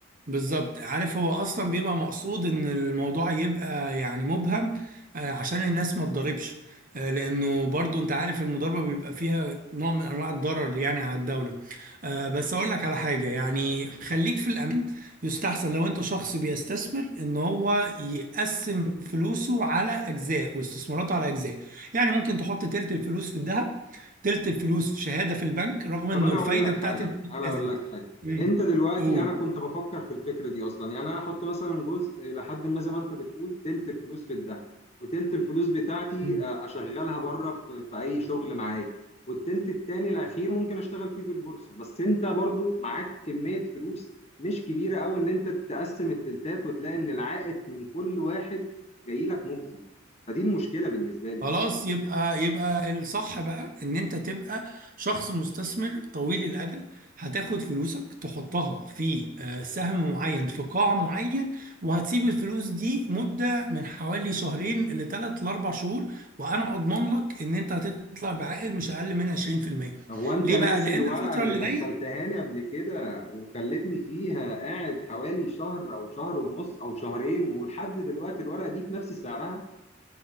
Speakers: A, on the right; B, on the left.
A: بالظبط عارف هو اصلا بيبقى مقصود ان الموضوع يبقى يعني مبهم آه، عشان الناس ما تضربش آه، لانه برضو انت عارف المضاربه بيبقى فيها نوع من انواع الضرر يعني على الدوله آه، بس اقول لك على حاجه يعني خليك في الامان يستحسن لو انت شخص بيستثمر ان هو يقسم فلوسه على اجزاء واستثماراته على اجزاء يعني ممكن تحط تلت الفلوس في الذهب تلت الفلوس في شهاده في البنك رغم
B: طب
A: انه
B: انا
A: الفايده
B: اقول لك
A: بتاعت
B: حاجه انا
A: نزلت
B: اقول لك حاجه
A: مم.
B: انت دلوقتي
A: قول
B: انا كنت بفكر في الفكره دي اصلا يعني انا هحط مثلا جزء لحد ما زي ما انت بتقول تلت الفلوس في الذهب وتلت الفلوس بتاعتي
A: مم.
B: آه، اشغلها بره في, في اي شغل معايا والتلت التاني الاخير ممكن اشتغل فيه في البورصه بس انت برضو معاك كميه فلوس مش كبيره قوي ان انت تقسم التلتات وتلاقي ان العائد من كل واحد جاي لك مجزي فدي المشكله بالنسبه لي
A: خلاص يبقى يبقى الصح بقى ان انت تبقى شخص مستثمر طويل الاجل هتاخد فلوسك تحطها في آه، سهم معين في قاع معين وهتسيب الفلوس دي مدة من حوالي شهرين لثلاث لاربع شهور وانا اضمن لك ان انت هتطلع بعائد مش اقل من 20%
B: هو انت
A: ليه
B: ناسي
A: بقى لان
B: الورقة
A: الفترة
B: اللي
A: اللي
B: دخلتهاني
A: جاية
B: قبل كده وخلتني فيها قاعد حوالي شهر او شهر ونص او شهرين ولحد دلوقتي الورقة دي في نفس سعرها